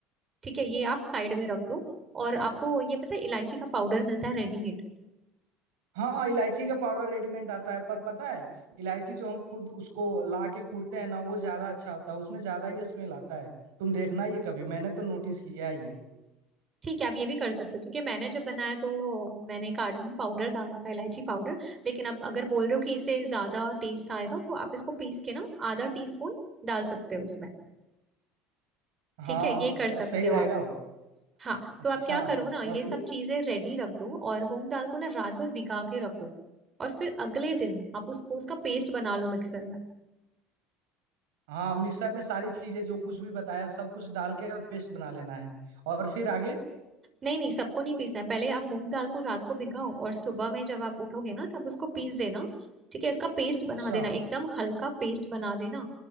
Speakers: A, on the right (about 30°); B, on the right (about 85°).
A: ठीक है ये आप साइड में रख दो और आपको ये पता है इलायची का पाउडर मिलता है रेडीमेड
B: हाँ हाँ इलायची का पाउडर रेडीमेड आता है पर पता है इलायची जो हम खुद उसको ला के कूटते हैं ना वो ज्यादा अच्छा होता है उसमें ज्यादा ही स्मेल आता है तुम देखना ये कभी मैंने तो नोटिस किया है ये
A: ठीक है आप ये भी कर सकते हो क्योंकि मैंने जब बनाया तो मैंने कार्डमम पाउडर डाला था इलायची पाउडर लेकिन आप अगर बोल रहे हो कि इससे ज्यादा टेस्ट आएगा तो आप इसको पीस के ना आधा टी स्पून डाल सकते हो उसमें
B: हाँ
A: ठीक है ये कर
B: क्या-
A: सकते
B: सही
A: हो
B: रहेगा
A: आप
B: वो
A: हाँ
B: अच्छा
A: तो आप क्या करो ना ये
B: और
A: सब
B: फिर
A: चीजें रेडी रख दो और मूंग दाल को ना रात भर भिगा के रखो और फिर अगले दिन आप उसको उसका पेस्ट बना लो मिक्सर में
B: हाँ मिक्सर में सारी चीजें जो कुछ भी बताया सब कुछ डाल के और पेस्ट बना लेना है और फिर आगे
A: नहीं नहीं सबको नहीं पीसना है पहले आप मूंग दाल को रात को भिगाओ और सुबह में जब आप उठोगे ना तब उसको पीस देना ठीक है इसका पेस्ट बना
B: अच्छा
A: देना एकदम हल्का पेस्ट बना देना